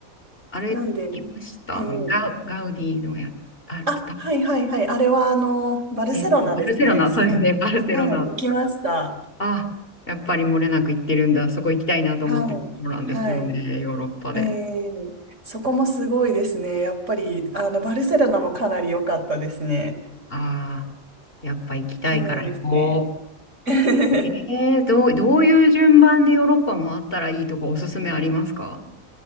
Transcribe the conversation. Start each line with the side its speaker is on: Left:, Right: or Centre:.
Left: あれ、
Right: なんで、
Left: 聞きました。
Right: えー、
Left: あの、ガウ、ガウディのや、あれ、
Right: あ、
Left: 伝わ
Right: はいはいはい。あれはあの、バルセロナですね。
Left: えっと、バルセロナ、
Right: スペイン。
Left: そうですね、バルセロナ。
Right: はい、行きました。
Left: あ、やっぱり漏れなく行ってるんだ。そこ行きたいなと思ってるところなんですよね、
Right: はい。はい。
Left: ヨーロッパで。
Right: えー、そこもすごいですね。やっぱり、あの、バルセロナもかなり良かったですね。
Left: ああ、やっぱ行きたいから行こう。
Right: 綺麗ですね。<laughs>
Left: えー、どう、どういう順番でヨーロッパ回ったらいいとかおすすめありますか